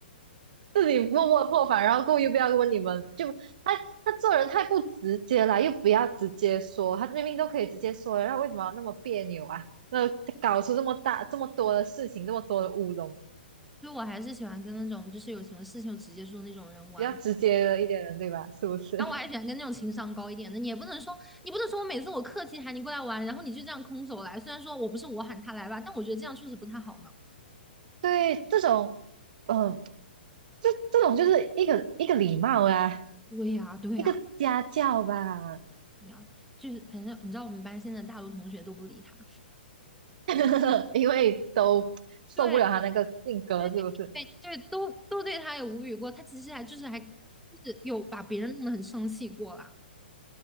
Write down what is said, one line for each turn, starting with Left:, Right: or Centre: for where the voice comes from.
Right: 自己默默破防，然后故意不要问你们，就他他做人太不直接了，又不要直接说，他明明都可以直接说了，那为什么要那么别扭啊？那搞出这么大这么多的事情，这么多的乌龙，
Centre: 所以我还是喜欢跟那种就是有什么事情就直接说那种人玩。
Right: 比较直接的一点人，对吧？是不是？
Centre: 然后我还喜欢跟那种情商高一点的，你也不能说，你不能说我每次我客气喊你过来玩，然后你就这样空手来。虽然说我不是我喊他来吧，但我觉得这样确实不太好呢。
Right: <laughs> 对，这种嗯、呃这这种就是一个一个礼貌啊，
Centre: 对呀，对呀，
Right: 一个家教吧，
Centre: 对呀，就是反正你知道我们班现在大多同学都不理他，
Right: <laughs> 因为都受不了他那个性格，
Centre: 对，对，
Right: 是不是？
Centre: 对，对，都都对他有无语过。他其实还就是还就是有把别人弄得很生气过啦。